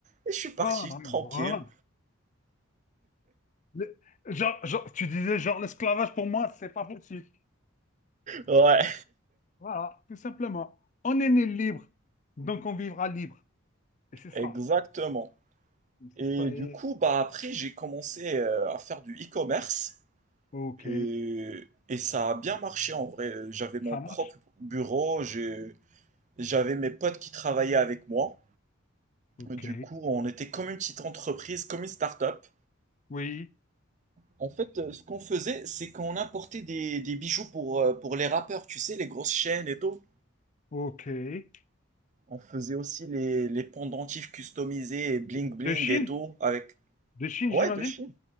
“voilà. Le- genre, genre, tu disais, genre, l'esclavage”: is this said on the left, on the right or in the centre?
Left